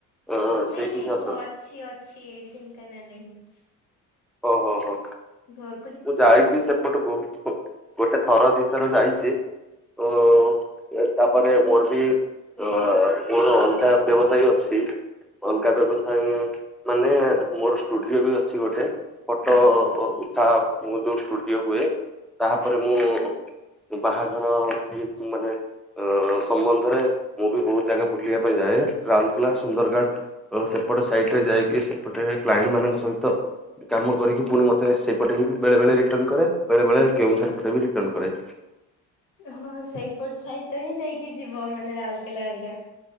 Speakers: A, in the centre; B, on the left.
A: ଅ ସେଇଠି
B: ନାଇଁ ନାଇଁ
A: ହିଁ ଅଛନ୍ତି
B: କ ଅଛି ଅଛି ଏଇଠି ଢେଙ୍କାନାଳ ରେ ହିଁ ଅଛି।
A: ଓ ହୋ ହୋ।
B: ଘର
A: ମୁଁ ଯାଇଛି ସେପଟକୁ ଗୋଟେ ଥର ଦିଥର ଯାଇଛି ତ ତାପରେ ମୋରବି ଅ ମୋର ଅଲଗା ବ୍ୟବସାୟ ଅଛି। ଅଲଗା ବ୍ୟବସାୟ ମାନେ ମୋର ଷ୍ଟୁଡିଓ ବି ଅଛି ଗୋଟେ ଫଟୋ ଉଠା ମୁଁ ଯୋଉ ଷ୍ଟୁଡିଓ ହୁଏ ତାପରେ
B: ଆଚ୍ଛା
A: ମୁଁ
B: ଆଚ୍ଛା
A: ବାହାଘର ସିଏ ମାନେ ସମ୍ବନ୍ଧରେ ମୁଁ ବି ବହୁତ ଜାଗା ବୁଲିବା ପାଇଁ ଯାଏ, ରାଉରକେଲା, ସୁନ୍ଦରଗଡ଼ ଓ ସେପଟେ ସାଇଟରେ ଯାଇକି ସେପଟେ କ୍ଲାଇଣ୍ଡ ମାନଙ୍କ ସହିତ କାମ କରିକି ପୁଣି ମତେ ସେଇପଟେ ହିଁ ବେଳେ ବଳେ ରିଟର୍ଣ କରେ, ବେଳେ ବେଳେ କେଉଁଝର ପଟେ ବି ରିଟର୍ଣ କରେ।
B: ହଁ ସେଇପଟ ସାଇଟ ତ ହିଁ ଦେଇକି ଯିବ ମାନେ ରାଉରକେଲା ଆରିକା।